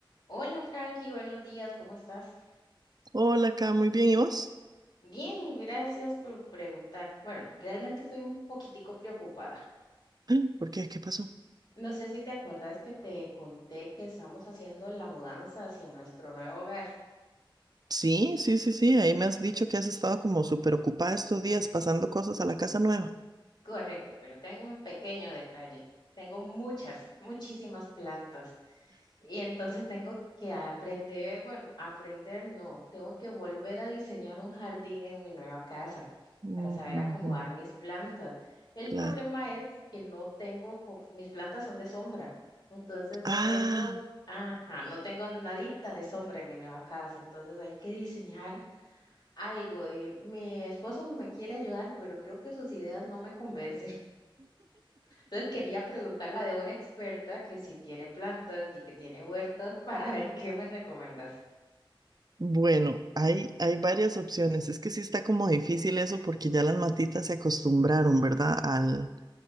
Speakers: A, on the left; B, on the right.
A: Hola Frankie, buenos días, ¿cómo estás?
B: Hola, acá, muy bien. ¿Y vos?
A: Bien, gracias por preguntar. Bueno, realmente estoy un poquitico preocupada.
B: <clears throat> Ay, ¿Por qué? ¿Qué pasó?
A: No sé si te acuerdas que te conté que estamos haciendo la mudanza hacia nuestro nuevo hogar.
B: Sí, sí, sí, sí. Ahí me has dicho que has estado como súper ocupada estos días pasando cosas a la casa nueva.
A: Correcto, pero tengo un pequeño detalle. Tengo muchas, muchísimas plantas. Y entonces tengo que aprender, bueno, aprender no, tengo que volver a diseñar un jardín en mi nueva casa para
B: Ujú,
A: saber acomodar mis plantas. El
B: claro.
A: problema es que no tengo, co- mis plantas son de sombra, entonces no
B: Ah,
A: tengo, ajá, no tengo nadita de sombra en mi nueva casa, entonces hay que diseñar algo y mi esposo me quiere ayudar, pero creo que sus ideas no me convencen. Entonces quería preguntarla de una experta que si tiene plantas y que tiene huertas <laughs> para ver qué me recomiendas
B: bueno, hay, hay varias opciones. Es que sí está como difícil eso porque ya las matitas se acostumbraron, ¿verdad? Al,